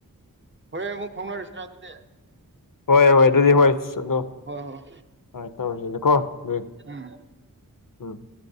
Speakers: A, on the right; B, on the left.
A: ꯍꯣꯔ‌ꯦꯟ ꯑꯃꯨꯛ ꯐꯥꯎꯅꯔꯁꯤꯔ ꯑꯗꯨꯗꯤ
B: ꯍꯣꯏ ꯍꯣꯏ ꯑꯗꯨꯗꯤ ꯍꯣꯏ ꯑꯗꯣ
A: ꯍꯣꯏ ꯍꯣꯏ
B: ꯍꯣꯏ ꯇꯧꯔꯁꯤꯗꯀꯣ ꯑꯗꯨꯏ
A: ꯎꯝ
B: ꯎꯝ